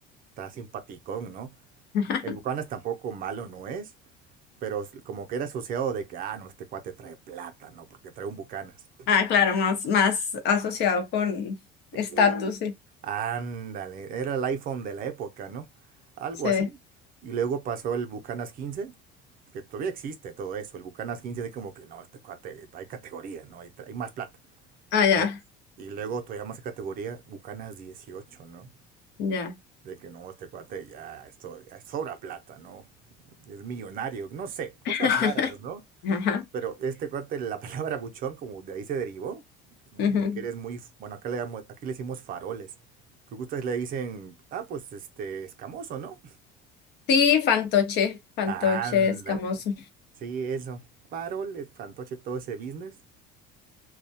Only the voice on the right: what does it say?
está simpaticón, ¿no?
El Bucanas tampoco malo no es, pero s- como que era asociado de que, ah, no, este cuate trae plata, ¿no? Porque trae un Bucanas.
Eh,
Ándale, era el iPhone de la época, ¿no? Algo
así. Y luego pasó el Bucanas 15, que todavía existe todo eso. El Bucanas 15 de como que no, este cuate, hay categoría, ¿no? Hay, tra- hay más plata.
Ya. Y luego todavía más categoría, Bucanas 18, ¿no?
De que no, este cuate ya, esto ya sobra plata, ¿no? Es millonario, no sé, cosas
raras, ¿no?
Pero este cuate, la <laughs> palabra buchón, como de ahí se derivó, mm,
de que eres muy, f- bueno, acá le, damos, aquí le decimos faroles. Que ustedes le dicen, ah, pues este, escamoso, ¿no?
<laughs>
Ándale.
Sí, eso. Farol, eh, fantoche, todo ese business